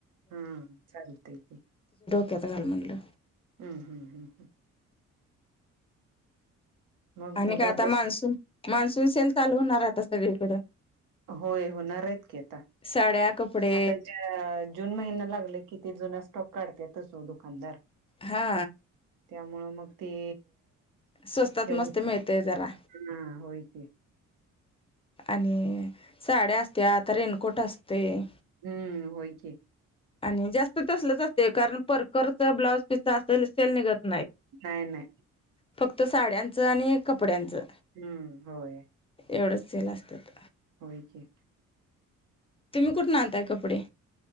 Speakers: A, on the right; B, on the left.
A: हम्म चालते ह.
B: त्यात घाल म्हणलं.
A: हम्म हम्म हम्म हम्म. मग
B: आणि
A: मुलं
B: का आता
A: अभ्यास
B: मान्सून मान्सून सेल चालू होणार आहे आता सगळीकडें
A: होय होणार आहेत की आता
B: साड्या कपडे
A: आता जून महिना लागले किती जुना स्टॉक काढत्यात. दुकानदार
B: हा
A: त्यामुळं मग ते
B: स्वस्तात
A: खे हा
B: मस्त मिळतय जरा
A: होय क.
B: आणि साड्या असत्यात आता रेनकोट असतंय.
A: हम्म होय की
B: आणि जास्त तसलंच असतय कारण परकरच ब्लाऊज पिस असलं सेल निघत नाहीत.
A: नाही नाहीय.
B: फक्त साड्यांचं आणि कपड्यांचं
A: हम्म होय.
B: एवढंच सेल असतात.
A: होय की
B: तुम्ही कुठंन आणताय कपडे.